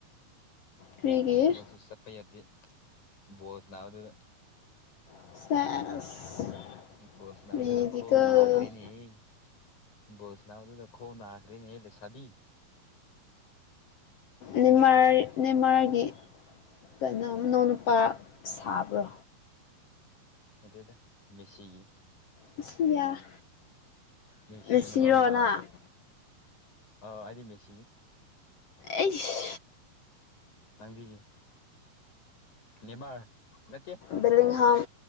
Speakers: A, on the left; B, on the left.
A: ꯀ꯭ꯔꯤꯒꯤ
B: ꯊꯕꯛꯁꯨ ꯆꯠꯄ ꯌꯥꯗꯦ ꯕꯣꯜ ꯁꯥꯟꯅꯥꯕꯗꯨꯗ
A: ꯁꯦꯁ
B: ꯕꯣꯜ ꯁꯥꯟꯅꯕꯗꯨꯗ
A: ꯃꯦꯗꯤꯀꯦꯜ
B: ꯈꯣꯡ ꯅꯥꯈ꯭ꯔꯦꯅꯦꯍꯦ ꯕꯣꯜ ꯁꯥꯟꯅꯥꯕꯗꯨꯗ ꯈꯣꯡ ꯅꯈ꯭ꯔꯦꯅꯦꯍꯦ ꯂꯩꯁꯥꯕꯤ
A: ꯅꯦꯃꯥꯔ ꯅꯦꯃꯥꯔꯒꯤ ꯀꯩꯅꯣ ꯃꯅꯧ ꯅꯨꯨꯄꯥ ꯁꯥꯕ꯭ꯔꯣ
B: ꯅꯠꯇꯦꯗ ꯃꯦꯁꯤꯒꯤ
A: ꯃꯦꯁꯤꯌꯥ
B: ꯃꯦꯁꯤ
A: ꯃꯦꯁꯤꯔꯣ
B: ꯃꯅꯥꯎ ꯅꯨꯄꯥ
A: ꯅꯪ
B: ꯑꯥ ꯑꯩꯗꯤ ꯃꯦꯁꯤ
A: ꯑꯩꯁ
B: ꯅꯪꯗꯤ ꯅꯦꯃꯥꯔ ꯅꯠꯇꯦ
A: ꯕꯦꯂꯤꯡꯍꯝ